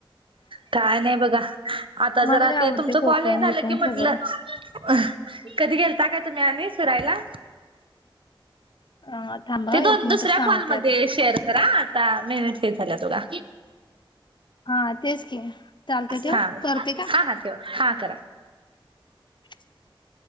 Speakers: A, on the right (about 70°); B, on the left (about 55°).
A: काय नाही बगा. आता
B: मला
A: जरा
B: लय
A: ते
B: आवडते
A: तुमचं
B: कोकण
A: कॉल हे झालं
B: बिकण
A: की मदलच
B: सगळं.
A: अ. कधी गेलता काय तुम्ही आणि सुरायला.
B: अ थांबा
A: ते दोन
B: एक मिनिट
A: दुसऱ्या
B: सांगते
A: कॉलमध्ये
B: आता
A: शेअर करा, आता मेहन हे झाल्या दोघा.
B: हा तेच की चालतंय ठेवू
A: हा.
B: करते काय?
A: हा हा ठेवा. हा करा.
B: <inaudible>